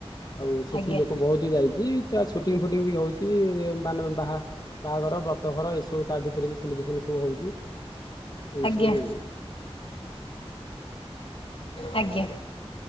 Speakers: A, on the left; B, on the left.
A: ଆଉ ସେ
B: ଆଜ୍ଞା
A: ପା ବହୁତ ଯାଇଛି, ତା ସୁଟିଂ ଫୁଟିଂ ବି ହଉଛି ମାନେ ବାହା ବାହାଘର ବ୍ରତ ଘର ଏଇ ସବୁ ତା ଭିତରେ ବି ସେଲିବ୍ରେସନ ସବୁ ହଉଛି। ଏଇ
B: ଆଜ୍ଞା
A: ସବୁ <unintelligible>
B: ଆଜ୍ଞା